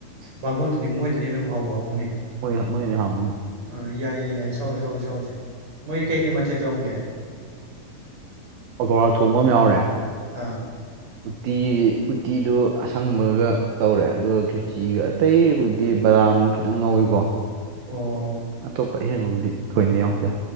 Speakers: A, on the right; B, on the right.
A: ꯕꯥꯃꯣꯟꯗꯨꯗꯤ ꯃꯣꯏꯗꯅ ꯍꯦꯟꯅꯕꯨ ꯍꯥꯎꯕꯨ ꯍꯥꯎꯒꯅꯤ
B: ꯍꯣꯏ ꯃꯣꯏꯗ ꯍꯥꯎꯅꯤ
A: ꯑꯥ ꯌꯥꯏ ꯌꯥꯏ ꯌꯥꯏ ꯆꯥꯎꯖꯤ ꯆꯥꯎꯖꯤ ꯆꯥꯎꯖꯤ ꯃꯣꯏ
B: ꯎꯝ
A: ꯀꯩꯀꯩ ꯃꯊꯦꯜ ꯇꯧꯔꯝꯒꯦ
B: ꯄꯀꯧꯔꯥ ꯊꯣꯡꯕ ꯑꯃ ꯌꯥꯎꯔꯦ
A: ꯑꯥ
B: ꯎꯇꯤ ꯎꯇꯤꯗꯨ ꯑꯁꯪꯕꯒ ꯇꯧꯔꯦ ꯑꯗꯨꯒ ꯈꯦꯆꯤꯒ ꯑꯇꯩꯕꯨꯗꯤ ꯕꯗꯥꯝ ꯈꯤꯇꯪ ꯉꯧꯋꯤꯀꯣ
A: ꯑꯣ
B: ꯑꯇꯣꯞꯄ ꯑꯍꯦꯟꯕꯕꯨꯗꯤ ꯊꯣꯏꯅ ꯌꯥꯎꯇꯦ